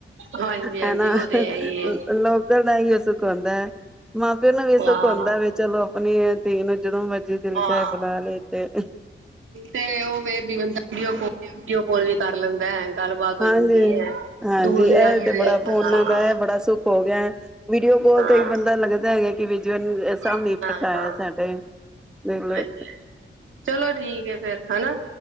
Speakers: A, on the right; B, in the centre.
A: ਹਾਂਜੀ ਹਾਂਜੀ
B: ਹਨਾ
A: ਉਹ ਤੇ ਹੈ ਹੀ ਏ
B: ਲੋਕਲ ਦਾ ਇਹੀਓ ਸੁਖ ਹਉਂਦਾ ਹੈ। ਮਾਂ ਪਿਓ ਨੂੰ ਵੀੇਸਖ
A: ਹਾਂ
B: ਹੁੰਦਾ ਵ ਚਲੋ ਆਪਣੀ ਧੀ ਨੂੰ ਜਦੋਂ ਮਰਜੀੀ ਦਿਲ
A: ਹਾਂ
B: ਚਾਹਏ ਬੁਲਾ ਲ ਤੇ
A: ਇਹ ਓ ਵੈ ਜੀਵੇ ਵੀਡੀਓ ਕਾਲ ਵੀ ਕਰ ਲੈਂਦਾ ਹੈ। ਗੱਲਬਾਤ
B: ਹਾਂਜੀ
A: ਹੋ ਜਾਂਦੀ ਹੈ
B: ਹਾਂਜੀ
A: ਦੂਰ
B: ਇਹ
A: ਦੇ ਆਦਮੀ
B: ਤੇ
A: ਦੇ
B: ਬੜਾ ਫੋਨਾਂ
A: ਹਾਂ
B: ਦਾ ਇਹ ਬੜਾ ਸੁੱਖ ਹੋ ਗਿਆ ਹੈ। ਵੀਡੀਓ ਕਾਲ
A: ਹਾਂ
B: ਤੇ ਵੀ ਬੰਦਾ ਲੱਗ਼ਦਾ ਇਹ ਹੈਗਾ ਕਿ ਬਿਜਵਨ ਸਮਨੇ
A: ਹਾਂ
B: ਬੈਠਾਆ
A: ਹਾਂ
B: ਸਾਡੇ ਦੇਖਲ
A: ਹਾਂਜੀ ਹਾਂਜੀ ਚਲੋ ਠੀਕ ਹੈ ਫੇਿਰ ਹੈਨਾ